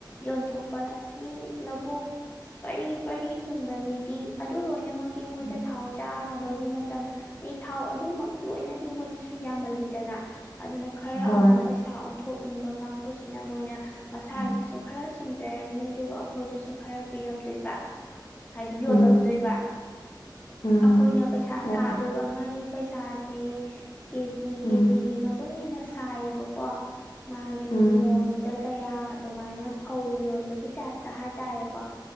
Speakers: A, on the left; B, on the left.
A: ꯌꯣꯟꯊꯣꯛꯄꯔ ꯃꯤ ꯂꯧꯕꯨꯛ ꯄꯔꯤ ꯄꯔꯤ ꯍꯨꯟꯕ ꯃꯤꯗꯤ ꯑꯗꯨ ꯂꯣꯏꯅꯃꯛ ꯀꯤ ꯃꯣꯏꯗ
B: ꯎꯝ
A: ꯊꯥꯎ ꯆꯥꯅꯕꯒꯤ ꯃꯇꯝ ꯑ ꯊꯥꯎ ꯑꯗꯨꯃꯛ ꯂꯣꯏꯅꯗꯤ ꯃꯣꯏꯗꯁꯨ ꯌꯥꯝꯃꯜꯂꯤꯗꯅ ꯑꯗꯨꯅ ꯈꯔ
B: ꯍꯣꯏ
A: ꯑꯃ ꯄꯩꯁꯥ ꯑꯣꯟꯊꯣꯛꯅꯤꯡꯕ ꯀꯥꯡꯕꯨꯁꯤꯅ ꯃꯣꯏꯅ ꯃꯁꯥꯒꯤꯁꯨ
B: ꯎꯝ
A: ꯈꯔ ꯁꯨꯝꯖ ꯖꯔꯅꯤ ꯑꯗꯨꯒ ꯑꯩꯈꯣꯏꯗꯁꯨ ꯈꯔ ꯄꯤꯔꯝꯗꯣꯏꯕ ꯍꯥꯏꯗꯤ ꯌꯣꯜꯂꯝꯗꯣꯏꯕ
B: ꯎꯝ ꯎꯝ
A: ꯑꯩꯈꯣꯏꯅ
B: ꯎꯝ
A: ꯄꯩꯁꯥ
B: ꯑꯣ
A: ꯁꯥꯗꯣꯏꯕ
B: ꯑꯣ
A: ꯃꯥꯏ ꯄꯩꯁꯥꯁꯦ ꯀꯦꯖꯤ ꯖꯤ ꯀꯦꯖꯤꯒꯤ
B: ꯎꯝ
A: ꯃꯇꯨꯡꯏꯟꯅ ꯁꯥꯏꯌꯦꯕꯀꯣ ꯃꯥꯒꯤ
B: ꯎꯝ
A: ꯃꯣꯟꯗ ꯀꯌꯥ ꯑꯗꯨꯃꯥꯏꯅ ꯐꯧ ꯌꯣꯟꯕꯒꯤ ꯇꯥꯏꯞꯇ ꯇ ꯍꯥꯏꯇꯥꯔꯦꯀꯣ